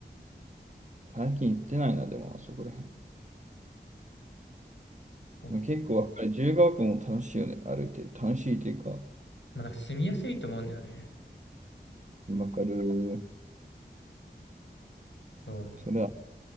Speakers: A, on the right; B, on the left.
A: 最近行ってないな、でも、あそこら辺。
B: お
A: 結構わかる。自由が丘も楽しいよね、歩いてる。楽しいというか、
B: まあなんか住みやすいと思うんだよね。
A: わかる。
B: そうそう。
A: それは、